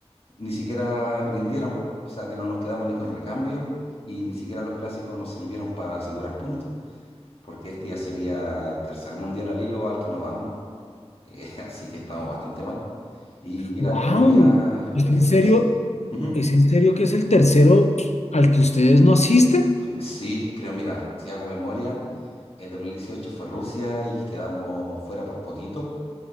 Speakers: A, on the left; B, on the left.
A: ni siquiera rindieron. O sea que no nos quedamos ni con recambio y ni siquiera los clásicos nos sirvieron para asegurar puntos, porque este ya sería el tercer mundial al hilo al que nos vamos. Eh, <laughs> así que estamos bastante mal. Y mira,
B: ¡Wow!
A: Colombia, yo
B: ¿Es
A: creo
B: en
A: que es
B: serio?
A: difícil. Ujú.
B: ¿Es
A: <laughs>
B: en serio que es el tercero al que ustedes no asisten?
A: Sí, creo, mira, si hago memoria, el 2018 fue Rusia y quedamos fuera por poquito.